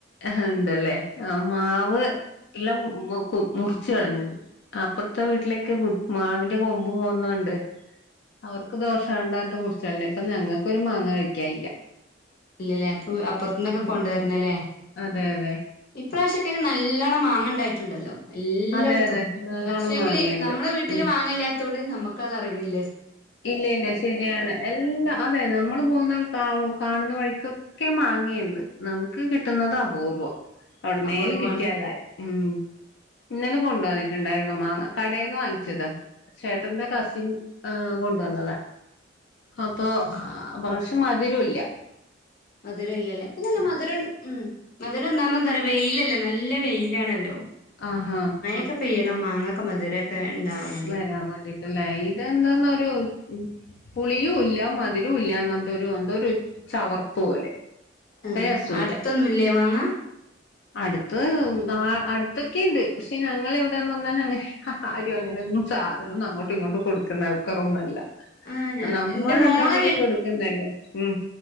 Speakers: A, on the left (about 65°); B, on the left (about 50°).
A: ആഹ് ഉണ്ടല്ലേ ആഹ് മാവ് എല്ലാം മുറിച്ച് കളഞ്ഞത് അപ്പറത്തെ വീട്ടിലേക്ക് മാവിന്റെ കൊമ്പ് പോകുന്നോണ്ട്. അവർക്ക് ദോഷാവണ്ടറഞ്ഞിട്ട് മുറിച്ചളഞ്ഞേ ഇപ്പൊ ഞങ്ങക്കൊരു മാങ്ങ കഴിക്കാൻ ഇല്ല.
B: ഇല്ലല്ലേ അപ്പൊ അപ്പുറത്തന്നൊക്കെ
A: ഉം
B: കൊണ്ടുവരണല്ലേ
A: അതെ അതെ
B: ഇപ്രാവശ്യൊക്കെന് നല്ലോണ്ണം മാങ്ങണ്ടായിട്ടുണ്ടല്ലോ. എല്ലാടത്തും
A: അതെ അതെ നല്ലോണം
B: പക്ഷെങ്കില്
A: മാങ്ങയുണ്ട്
B: നമ്മുടെ വീട്ടില്
A: ഉം
B: മാങ്ങല്ലാത്തോണ്ട് നമ്മക്കത് അറിയണില്ലേ
A: ഇല്ല ഇല്ല ശരിയാണ് എല്ലാം അതെ നമ്മള് പോകുന്ന കാ കാണുന്ന വഴിക്കൊ ക്കെ മാങ്ങിയുണ്ട് നമുക്ക് കിട്ടുന്നത് അപൂർവം എവിടുന്നേലും
B: അപൂർവമാണ്
A: കിട്ടിയാലായി ഉം ഇന്നലെ കൊണ്ട് വന്നിട്ടുണ്ടായിരുന്നു മാങ്ങ കടയിൽന്ന് വാങ്ങിച്ചതാ ചേട്ടന്റെ കസിൻ ആഹ് കൊണ്ടുവന്നതാ അപ്പൊ പക്ഷെ മധുരല്ല
B: മധുരല്ലല്ലേ ഇപ്പൊ നല്ല മധുരം ഉം മധുരം ഒന്നാമതെന്താ അറിയോ വെയിലല്ലോ നല്ല വെയിലാണല്ലോ
A: ആഹ് അഹ്
B: ഒക്കെ പെയ്യണം മാങ്ങ ഒക്കെ മധുരൊക്കെ ഉണ്ടാവണ
A: വരാൻ വേണ്ടിട്ടല്ലേ ഇതെന്താന്നറിയോ പുളിയും ഇല്ല മധുരവും ഇല്ലാന്നറഞ്ഞിട്ടൊരു എന്തോ ഒരു ചവർപ്പ് പോലെ.
B: ആഹ്
A: ഒരു രസവുമില്ല
B: അടുത്തൊന്നുല്ലേ മാങ്ങ
A: അടുത്ത് ന അടുത്തൊക്കെണ്ട് പക്ഷെ ഞങ്ങളെവിടെന്ന് പറന്നാൽ അങ്ങനെ ആരും അങ്ങനൊന്നും സാധനൊന്നും അങ്ങോട്ടും ഇങ്ങോട്ട് കൊടുക്കുന്ന ആൾക്കാരൊന്നല്ല.
B: ആഹ് ഞാ
A: നമ്മൾ
B: എന്റെ മോളെ
A: ഉണ്ടെങ്കില് കൊടുക്കുന്നല്ലേ ഉം